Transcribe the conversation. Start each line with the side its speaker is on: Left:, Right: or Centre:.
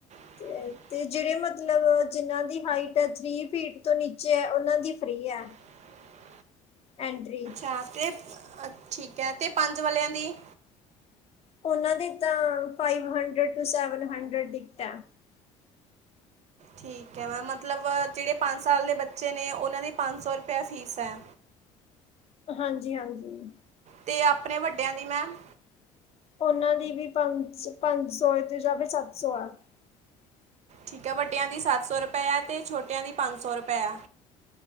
Right: <inaudible>
Left: ਤੇ ਤੇ ਜਿਹੜੇ ਮਤਲਬ ਜਿਨ੍ਹਾਂ ਦੀ ਹਾਈਟ ਥ੍ਰੀ ਫੀਟ ਤੋਂ ਨੀਚੇ ਏ ਉਹਨਾਂ ਦੀ ਫ੍ਰੀ ਏ।
Right: <inaudible>
Left: ਐਂਟਰੀ
Right: ਹਾ ਤੇ ਠੀਕ ਐ ਤੇ ਪੰਜ ਵਾਲਿਆਂ ਦੀ
Left: ਉਹਨਾਂ ਦੀ ਤਾਂ five hundred to seven hundred ticket ਐ।
Right: ਠੀਕ ਏ ਮੈਮ ਮਤਲਬ ਜਿਹੜੇ ਪੰਜ ਸਾਲ ਦੇ ਬੱਚੇ ਨੇ ਉਹਨਾਂ ਦੀ ਪੰਜ ਸੌ ਰੁਪਇਆ ਫ਼ੀਸ ਐਂ।
Left: ਹਾਂਜੀ-ਹਾਂਜੀ।
Right: ਤੇ ਆਪਣੇ ਵੱਡਿਆਂ ਦੀ ਮੈਮ?
Left: ਉਹਨਾਂ ਦੀ ਵੀ ਪੰਜ-ਪੰਜ ਸੌ ਤੇ ਜਾਂ ਫ ਸੱਤ ਸੌ ਆ।
Right: ਠੀਕ ਐ ਵਾਡੀਆ ਦੀ ਸੱਤ ਸੌ ਰੁਪਏਆ ਤੇ ਛੋਟਿਆਂ ਦੀ ਪੰਜ ਸੌ ਰੁਪਏ ਏ।